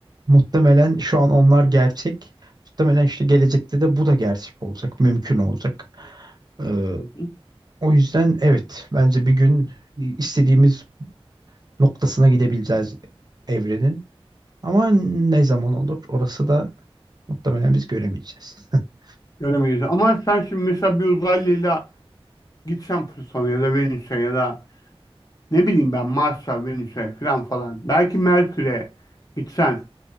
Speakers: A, on the right; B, on the left.
A: muhtemelen şu an onlar gerçek. Muhtemelen işte gelecekte de bu da gerçek olacak, mümkün olacak. Ee,
B: Hı hı.
A: O yüzden evet bence bir gün istediğimiz noktasına gidebileceğiz evrenin. Ama ne zaman olur orası da muhtemelen biz göremeyeceğiz. <laughs>
B: Göremeyiz. Ama sen şimdi mesela bir uzaylıyla gitsen Plüton'a ya da Venüs'e ya da ne bileyim ben Mars'a, Venüs'e falan falan. Belki Merkür'e gitsen